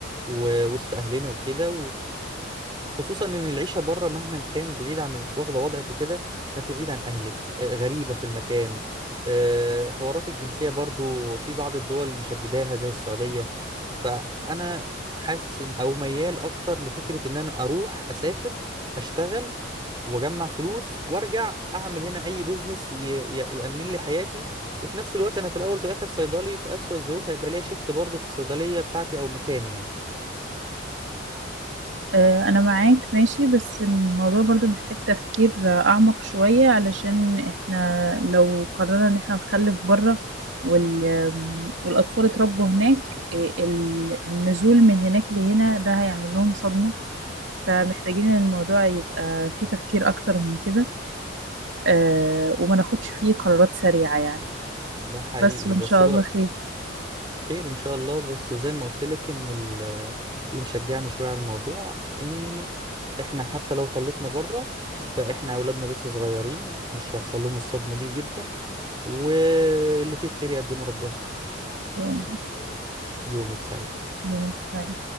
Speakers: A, on the right (about 25°); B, on the right (about 75°).
A: و- وسط اهلنا وكده خصوصا ان العيشه بره مهما كان بعيد عن واخده وضعك وكده فانت بعيد عن اهلك آه، غريبه في المكان آه، حوارات الجنسيه برضو في بعض الدول مشدداها زي السعوديه فانا حاسس ان او ميال اكتر لفكره ان انا اروح اسافر اشتغل واجمع فلوس وارجع اعمل هنا اي بيزنس ي- ي- يامن لي حياتي وفي نفس الوقت انا في الاول وفي الاخر صيدلي في اسوأ الظروف هيبقى ليا شيفت برضو في الصيدليه بتاعتي او مكاني يعني
B: آه، انا معاك ماشي بس الموضوع برضو محتاج تفكير آه، اعمق شوية علشان احنا لو قررنا ان احنا نخلف بره وال... آم، والاطفال اتربوا هناك آه، ال- النزول من هناك لهنا ده هيعمل لهم صدمة فمحتاجين ان الموضوع يبقى فيه تفكير اكتر من كده آه، وما ناخدش فيه قرارات سريعة يعني
A: ده حقيقي
B: بس وان
A: بس
B: شاء الله خير
A: خير ان شاء الله بس زي ما قلت لك ان ال- اللي مشجعني شويه على الموضوع ان احنا حتى لو خلفنا بره فاحنا اولادنا لسه صغيرين مش هيحصل لهم الصدمه دي جدا واللي فيه الخير يقدمه ربنا
B: إن شاء الله
A: يومك سعيد
B: يومك سعيد